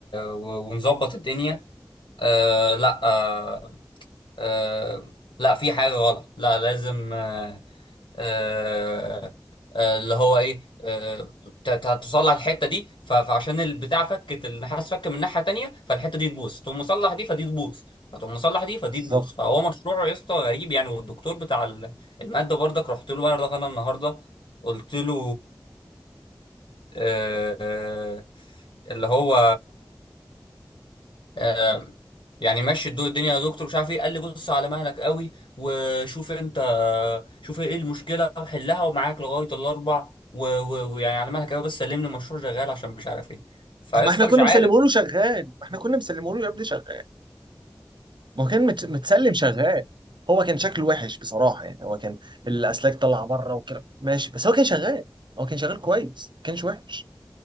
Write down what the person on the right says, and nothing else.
بالظبط
طب ما احنا
كنا
مسلمه له شغال ما احنا كنا مسلمه له يا ابني شغال ما هو كان مت- متسلم شغال هو كان شكله وحش بصراحه يعني هو كان الاسلاك طالعه بره وكده ماشي بس هو كان شغال هو كان شغال كويس ما كانش وحش